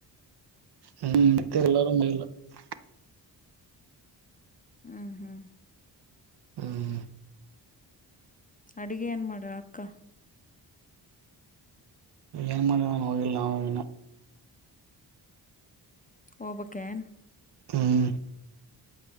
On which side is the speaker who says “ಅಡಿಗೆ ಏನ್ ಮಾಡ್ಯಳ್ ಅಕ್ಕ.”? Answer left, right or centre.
Left